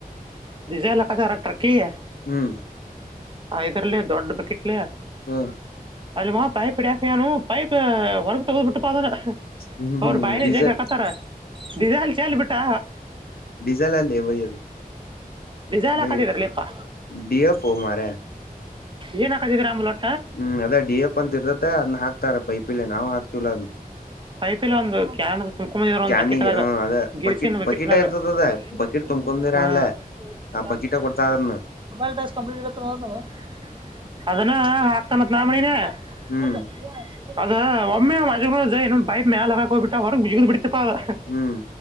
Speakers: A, on the right; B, on the left.
A: ಡಿಸೈಲ್ ಹಾಕಕತಾರ ಟ್ರಕ್ಕಿಗೆ.
B: ಹ್ಮ್.
A: ಆ ಇದರಲ್ಲಿ ದೊಡ್ಡ ಬಕ್ಕಿಟ್ಲೆ.
B: ಹ್ಮ.
A: ಅಲ್ಲಿ ಬಂದತ್ ಥೈಪ್ ಹಿಡಿಯಾಕ ಹೋಗ್ಯಾನು ಪೈಪ್ ಹೊರಗ ತಗದು ಬಿಟ್ಟ ಪ ಅದನ್ನ.
B: ಹ್ಮ್ ಹ್ಮ್
A: ಅವ್ರ ಬಾಯಲೆ
B: ಡೀಸೆಲ್
A: ಜಗ್ಗಾಕತಾರ ಡಿಸೈಲ್ ಚಲ್ಲಿ ಬಿಟ್ಟಾ.
B: ಡಿಸೈಲ್ ಅಲ್ಲಲೆ ಬಾಯ್ ಅದು.
A: ಡಿಸೈಲ್ ಹಾಕಕಾತಿದ್ರ
B: ಬೈ
A: ಲೇಪ್ಪಾ
B: ಡಿ ಎಫ್ ಮಾರ
A: ಏನ್ ಹಾಕದಿದ್ರ ಆಮೇಲೆ ಒ.
B: ಹ್ಮ್ ಅದ ಡಿ ಎಫ ಅಂತ ಇರ್ತತೆ ಅದನ್ನ ಹಾಕ್ತಾರ ಪೈಪಲ್ಲಿ ನಾವು ಹಾಕ್ತಿವಲ್ಲ ಅದ್ನ್.
A: ಪೈಪಲೆ ಒಂದು. <unintelligible>
B: ಕ್ಯಾನಿಗೆ ಹ್ಮ್ ಅದ ಬಕಿಟ್ ಬಕಿಟ ಇರ್ತದದ ಬಕಿಟ್ ತುಂಬ್ಕೊಂಡಿರ ಅಲ್ಲ ಆ ಬಕಿಟ ಕೊಡ್ತಾರನ್ನ
A: <unintelligible> ಅದನ್ನ ಹಾಕ್ತಾನತ್ ನಾ ಮಾಡಿನ
B: ಹ್ಮ್
A: ಮುಂದ ಅದು. ಒಮ್ಮೆ <unintelligible> ಪೈಪ್ ಮ್ಯಾಲೆ ಹಾಕ್ ಹೋಗ್ಬಿಟ್ಟ ಹೊರಗ ಜಿಗಿದ್ ಬಿಡ್ತಪ ಪಾ ಅದು
B: ಹ್ಮ್